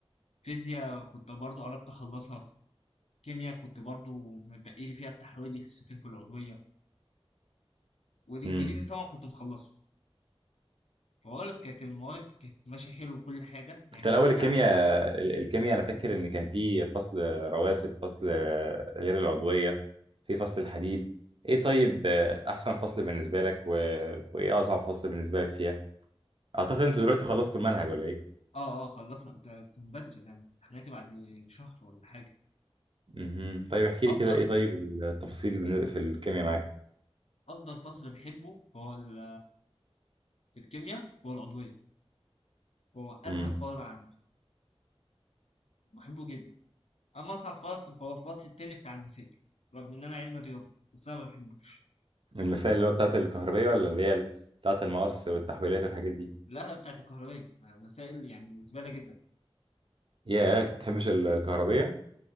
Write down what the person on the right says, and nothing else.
امم
انت الأول
الكيمياء
ال- الكيمياء أنا فاكر إن كان في فصل رواسب فصل غير العضوية في فصل الحديد إيه طيب آه، أحسن فصل بالنسبة لك و... وإيه أصعب فصل بالنسبة لك فيها؟ أعتقد أنتوا دلوقتي خلصتوا المنهج ولا إيه؟
امم طيب احكي
لي كده إيه طيب التفاصيل بالن- في الكيمياء معاك؟
امم
المسائل اللي هو بتاعت الكهربية ولا اللي هي ال- بتاعت المقص والتحويلات والحاجات دي؟
يا ما بتحبش ال- الكهربية؟